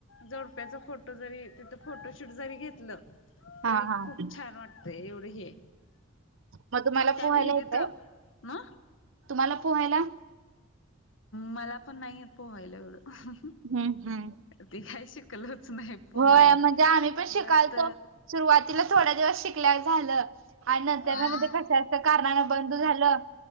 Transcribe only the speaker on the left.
जोडप्याचा फोटो जरी तिथं फोटोशूट जरी घेतलं तरी
खूप छान वाटतंय एवढ हे आहे.
त्या
विहिरीत
म
मला पण नाही येत पोहायला एवढं.
ते काय शिकलोच नाही. पोहायला
जास्त
हा